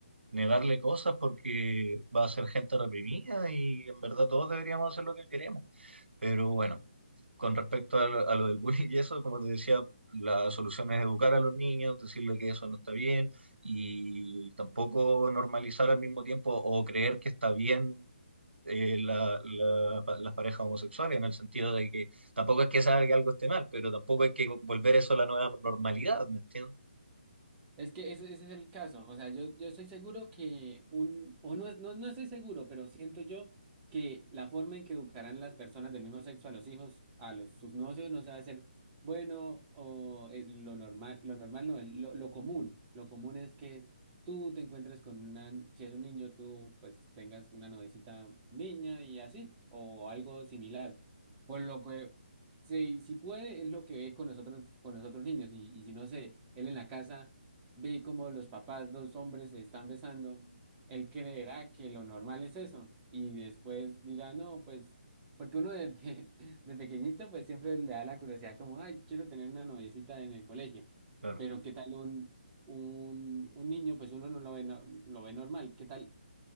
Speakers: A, on the right; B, on the right.
A: negarle cosas porque va a ser gente reprimida y en verdad todos deberíamos hacer lo que queremos. Pero bueno. Con respecto a, lo a lo del bullying y eso, como te decía, la solución es educar a los niños, decirle que eso no está bien y tampoco normalizar al mismo tiempo o creer que está bien eh, la- la- pa- las parejas homosexuales, en el sentido de que tampoco es que sea que algo esté mal, pero tampoco hay que volver eso a la nueva normalidad, ¿me entiendes?
B: Es que ese, ese es el caso. O sea, yo, yo estoy seguro que un, o no, es, no, no estoy seguro, pero siento yo que la forma en que educarán las personas del mismo sexo a los hijos, a los, sus nuevos hijos, no se va a hacer bueno o eh, lo normal, lo normal no, el- lo, lo común. Lo común es que tú te encuentres con una, si es un niño, tú pues tengas una novecita niña y así, o algo similar. Por lo que si, si puede, es lo que ve con nosotros, con los otros niños, y, y si no sé, él en la casa vi como los papás, dos hombres se están besando, él creerá que lo normal es eso y después dirá, no, pues, porque uno de, pe- <laughs> de pequeñito pues siempre le da la curiosidad como, ay, quiero tener una noviecita en el colegio,
A: Claro,
B: pero ¿qué tal un, un, un niño? Pues uno no lo ve, no- lo ve normal, ¿qué tal?